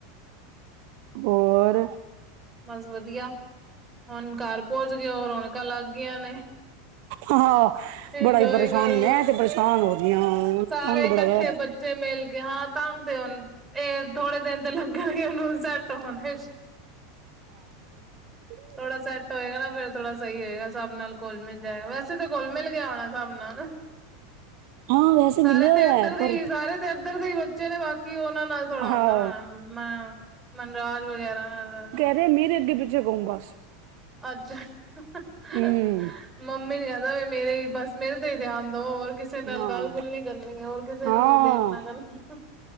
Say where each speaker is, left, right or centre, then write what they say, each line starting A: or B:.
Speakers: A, on the right; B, on the right.
A: ਹੋਰ
B: ਬਸ ਵਧੀਆ, ਹੁਣ ਘਰ ਪਹੁੰਚ ਗਏ ਹੋ ਰੌਣਕਾਂ ਲੱਗ ਗਈਆਂ ਨੇ।
A: ਹਾਂ,
B: ਇੰਜੋਏ
A: ਬੜਾ ਹੀ ਪਰੇਸ਼ਾਨ
B: ਕਰੋ
A: ਮੈਂ ਤੇ ਪਰੇਸ਼ਾਨ ਹੋ ਰਹੀ ਹਾਂ।
B: ਸਾਰੇ
A: ਤੰਗ
B: ਇਕੱਠੇ
A: ਬੜਾ ਹੋਇਆ
B: ਬ ਬੱਚੇ ਮਿਲ ਕੇ ਹਾਂ ਤੰਗ ਤੇ ਉਹਨ ਇਹ ਥੋੜੇ ਦਿਨ ਤੇ ਲੱਗਣਗੇ ਉਹਨੂੰ ਸੈਟ ਤ ਹੋਣ ਵਿੱਚ
A: ਹ <unintelligible>
B: ਥੋੜਾ ਸੈਟ ਹੋਏਗਾ ਨਾ ਫੇਰ ਥੋੜ੍ਹਾ ਸਹੀ ਹੋਏਗਾ ਸਬ ਨਾਲ ਕੁਲ ਮਿਲ ਜਾਏਗਾ ਵੈਸੇ ਤਾਂ ਕੁਲ ਮਿਲ ਗਿਆ ਹੋਣਾ ਸਬ ਨਾਲ
A: ਹਾਂ ਵੈਸੇ
B: ਸਾਰੇ
A: ਮਿਲਿਆ
B: ਤੇ
A: ਹੋਇਆ
B: ਇੱਧਰ
A: ਹੈ
B: ਦੇ
A: ਪਰ
B: ਹੀ, ਸਾਰੇ ਤੇ ਇੱਧਰ ਦੇ ਹੀ ਬੱਚੇ ਨੇ ਬਾਕੀ ਉਹਨਾਂ ਨਾਲ ਥੋੜ੍ਹਾ
A: ਹਾਂ
B: ਆਉਂਦਾ ਵਾੈ <unintelligible> ਮ ਮਨਰਾਜ ਵਗੈਰਾ ਨਾਲ-
A: ਵੀ ਮੇਰੇ ਅੱਗੇ- ਪਿੱਛੇ ਘੁਮ ਬਸ
B: ਅਛ, ਹ -ਹ
A: ਹਮ
B: -ਹ ਮੰਮੀ ਦੀ ਗਲ ਦਾ ਮੇਰੇ ਬਸ ਮੇਰੇ ਤੇ ਹੀ ਧਿਆਨ ਦੋ ਹੋਰ ਕਿਸੇ ਨਾਲ
A: ਹਾਂ
B: ਗੱਲ- ਗੁੱਲ ਨੀ ਕਰਨੀ ਹੈ। ਹੋਰ ਕਿਸੇ
A: ਹਾਂ
B: ਨੂੰ ਨੀ ਦੇਖਣਾ ਕਰਨਾ।